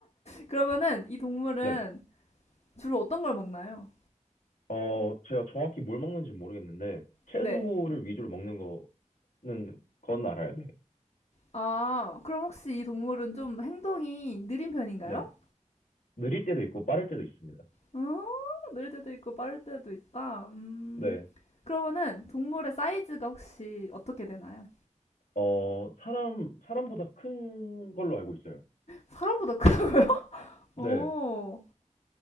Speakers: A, on the left; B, on the left.
A: 그러면은 이 동물은
B: 네.
A: 주로 어떤 걸 먹나요?
B: 어, 제가 정확히 뭘 먹는지 모르겠는데, 채소를
A: 네.
B: 위주로 먹는 거 는 그건 알아요. 네.
A: 아, 그럼 혹시 이 동물은 좀 행동이 느린 편인가요?
B: 네. 느릴 때도 있고 빠를 때도 있습니다.
A: 어, 느릴 때도 있고 빠를 때도 있다. 음,
B: 네.
A: 그러면은 동물의 사이즈가 혹시 어떻게 되나요?
B: 어, 사람, 사람보다 큰 걸로 알고 있어요.
A: 사람보다 크다고요?
B: 네.
A: <laughs> 오,